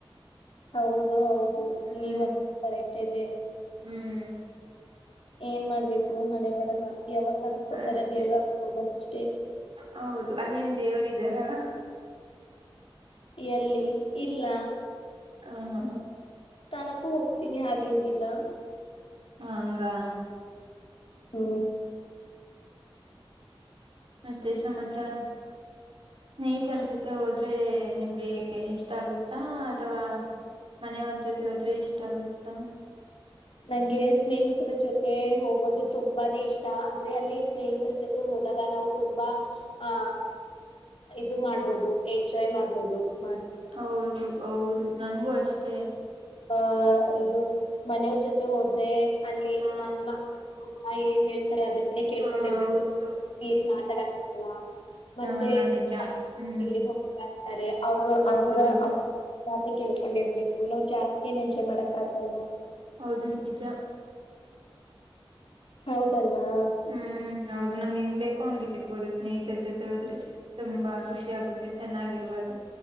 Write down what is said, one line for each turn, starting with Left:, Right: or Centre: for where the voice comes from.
Left: ಹೌದು ಹೌದು
Right: ಹ್ಮ್
Left: ನೀವ ಕರೆಕ್ಟ್ ಇದೆ
Right: ಹ್ಮ್
Left: ಏನ್ ಮಾಡ್ಬೇಕು ಹಣೆ ಬರಹ ಯಾವಾಗ ಕರ್ಸ್ಕೊತಾರೆ
Right: ಅಷ್ಟೆ
Left: ದೇವ್ರ ಅವಾಗ ಹೋಗೋದ ಅಷ್ಟೇ
Right: ಹೌದು ಅಲ್ಲೆನ ದೇವರು ಇದಾರಾ
Left: ಎಲ್ಲಿ ಇಲ್ಲ.
Right: ಹ ಹಾಂ
Left: ತನುಪು ಹೋಗ್ತೀನಿ ಹಾಗೇನಿಲ್ಲ.
Right: ಹಂಗಾ.
Left: ಹೂ.
Right: ಮತ್ತೆ ಸಮಚಾರ ಸ್ನೇಹಿತರ ಜೊತೆ ಹೋದ್ರೇ ನಿಮ್ಗೆ ಇಷ್ಟ ಆಗುತ್ತಾ ಅಥವಾ ಮನೆಯವ್ರ್ ಜೊತೆ ಹೋದ್ರೆ ಇಷ್ಟ ಆಗುತ್ತಾ.
Left: ನಂಗೆ ಸ್ನೇಹಿತ್ರ್ ಜೊತೆ ಹೋಗೋದು ತುಂಬಾನೇ ಇಷ್ಟ ಅಂದ್ರೆ ಅಲ್ಲಿ ಸ್ನೇಹಿತ್ರ್ ಜೊತೆ ಹೋದಾಗ ನಾವು ತುಂಬ ಆ ಇದು ಮಾಡ್ಬೋದು ಎಂಜಾಯ್ ಮಾಡ್ಬೋದು ಮಸ್ತ್
Right: ಹೌದು ಹೌದು ನಂಗು ಅಷ್ಟೇ.
Left: ಹಾ ಇದು ಮನೆವ್ರ್ ಜೊತೆ ಹೋದ್ರೆ ಅಲ್ಲಿ
Right: ಹಾ
Left: ನಮ್ಮ <inaudible> ಅ ಏನ್ ಹೇಳ್ತರೆ ಅದನ್ನೇ ಕೇಳ್ಕೊಂಡ್
Right: ಹಾ
Left: ಇರ್ಬೆಕು
Right: ಹೌದು
Left: ಏನ್ ಮಾತಾಡಕ್ ಆಗಲ್ಲ. ಮತ್ತೆ
Right: ಹಾ
Left: <inaudible>
Right: ನಿಜ ಹ್ಮ್
Left: ಎಲ್ಲಿಗ್ ಹೋಗ್ತಿರ ಅಂತರೆ ಅವ್ರ್ ಅವ್ರ
Right: ಹೌದು
Left: ಅವ್ರ ಮಾತೆ ಕೇಳ್ಕೊಂಡ್ ಇರ್ಬೇಕು ನಾವ್ ಜಾಸ್ತಿ ಏನ್ ಎಂಜಾಯ್ ಮಾಡಕ್ ಆಗಲ್ಲ.
Right: ಹೌದು ನಿಜ.
Left: ಹೌದಲ್ವಾ.
Right: ಹ್ಮ್ ಹೌದು ನಮ್ಗ್ ಹೆಂಗ್ ಬೇಕೋ ಹಂಗ್ ಇರ್ಬೋದು ಸ್ನೇಹಿತ್ರ್ ಜೊತೆ ಹೋದ್ರೆ ತುಂಬಾ ಖುಷಿ ಆಗು ತ್ತೆ ಚೆನ್ನಾಗಿರ್ಬೋದು